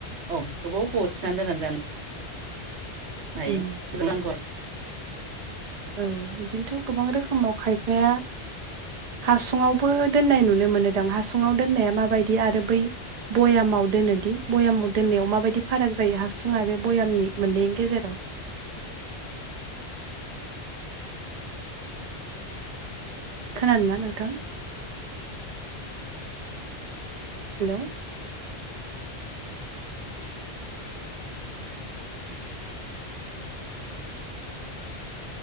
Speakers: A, on the right (about 80°); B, on the right (about 45°).
A: औ गोबाव गोबाव थिनानै दोननानै जानो हायो
B: उम
A: <unintelligible>
B: औ इदिनोथ' गोबां रोखोमाव खायफाया हासुङावबो दोननाय नुनो मोनो दां हासुङाव दोननाया माबायदि आरो बै भयामाव दोनोदि भयामाव दोननायाव माबायदि फाराग जायो हासुङ आरो भयामनि मोननैनि गेजेराव? खोनादों ना नोंथां? Hello